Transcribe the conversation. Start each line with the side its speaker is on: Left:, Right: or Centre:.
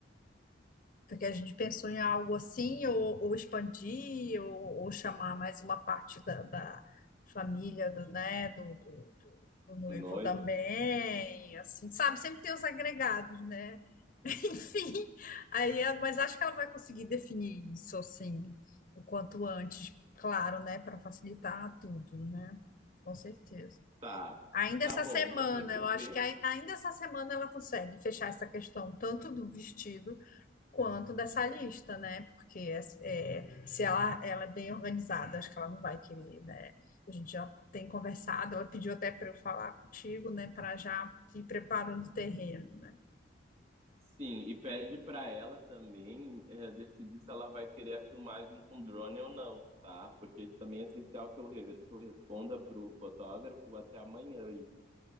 Left: Porque a gente pensou em algo assim, ou, ou expandir, ou, ou chamar mais uma parte da, da família do, né, do, do, do- do noivo
Right: O noivo
Left: também, assim, sabe? Sempre tem os agregados, né? <laughs> Enfim, aí, é- mas acho que ela vai conseguir definir isso, assim, o quanto antes, claro, né, para facilitar tudo, né? Com certeza.
Right: Tá,
Left: Ainda
Right: tá
Left: essa
Right: bom.
Left: semana,
Right: Então tem que
Left: eu
Right: ver,
Left: acho que ai- ainda essa semana ela consegue fechar essa questão, tanto do vestido quanto dessa lista, né? Porque é, se ela, ela é bem organizada, acho que ela não vai querer, né? A gente já tem conversado, ela pediu até para eu falar contigo, né? Para já ir preparando o terreno, né?
Right: sim, e pede pra ela também é, decidir se ela vai querer a filmagem com drone ou não, tá? Porque isso também é essencial que eu, re- que eu responda pro fotógrafo até amanhã isso.